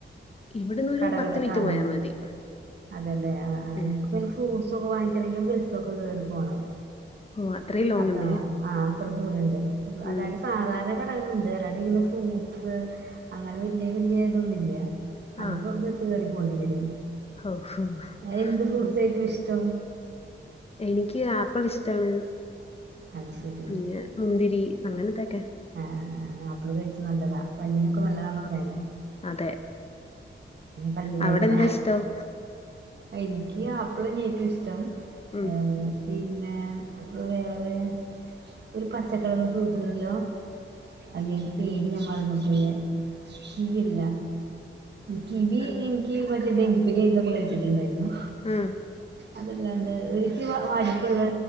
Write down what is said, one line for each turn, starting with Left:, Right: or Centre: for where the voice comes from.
Left: ഇവിടുന്ന് ഒരു
Right: കടകള്
Left: പത്ത് മിനിറ്റ്
Right: ആഹ
Left: പോയാ മതി
Right: അതെല്ലേ ആ ആ
Left: ഉം
Right: <unintelligible> ഫ്രൂട്ട്സ ഒക്കെ വാങ്ങിക്കണങ്കിൽ ബസ്സ് ഒക്കെ കേറി പോണം
Left: ഓഹ് അത്രയും ലോങ്
Right: അതാ
Left: ഉണ്ട്
Right: ആഹ അത്ര ദൂരണ്ട്
Left: ഉം
Right: അല്ലാണ്ട് സാധാരണ കടകളുണ്ട് ഫ്രൂട്സ് അങ്ങനെ വല്യ വല്യ ഇതൊന്നില്ല
Left: ആഹ്
Right: <unintelligible> കേറി പോണ്ടി വരും
Left: ഓഹ്
Right: അഹ് എന്ത് ഫ്രൂട്ട്സാ
Left: ഉം
Right: ഏറ്റവും ഇഷ്ടം
Left: എനിക്ക് ആപ്പിൾ ഇഷ്ടാണ്
Right: അത് ശരി
Left: പിന്നെ മുന്തിരി അങ്ങനെതക്കെ
Right: ആഹ അപ്പിള് കഴിച്ച നല്ലതാ പല്ലിനൊക്കെ നല്ലതാണന്ന് പറയുന്നെ
Left: അതെ
Right: പല്ല് വേദന
Left: അവിടെ എന്താ ഇഷ്ടം
Right: എനിക്ക് ആപ്പിൾന്നെ ഏറ്റവും ഇഷ്ടം
Left: ഉം
Right: ഏ പിന്നെ വേറെ ഒരു പച്ചക്കളറുള്ള ഫ്രൂട്ട് ഉണ്ടല്ലോ അല്ല അയിന്റെ പേര് ഞാൻ മറന്നു പോയി കിവി അല്ല കിവി
Left: ഉം
Right: ഇനിക്ക് മറ്റേ ഡെങ്കിപനിയായിരുന്നപ്പോ കഴിച്ചിട്ടുണ്ടായിരുന്നു
Left: ഉം
Right: അതല്ലാണ്ട് ഒരിക്ക വരുപ്പുള്ള